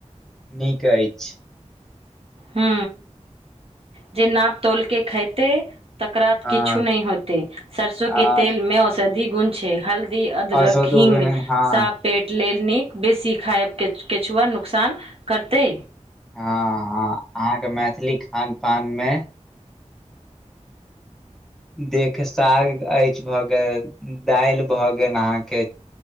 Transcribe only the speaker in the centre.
नीक अछि
हँ
हँ
असदुगन
हँ
हँ हँ अहाँके मैथिली खान पान मे देख साग अछि भऽ गेल दालि भऽ गेल अहाँके